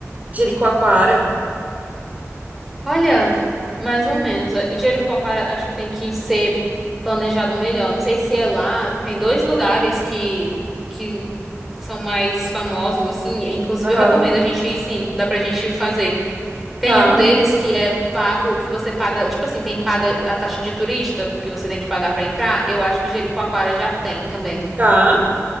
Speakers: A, on the right; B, in the centre.
A: Jericoacoara.
B: Olha, mais ou menos. Eh, Jericoacoara acho que tem que ser planejado melhor. Não sei se é lá. Tem dois lugares que, que são mais famosos, assim. Inclusive,
A: Aham.
B: eu recomendo a gente ir, sim. Dá pra gente fazer. Tem
A: Tá.
B: um deles que é pago, que você paga. Tipo assim, tem paga a taxa de turista, porque você tem que pagar pra entrar. Eu acho que Jericoacoara já tem também.
A: Tá.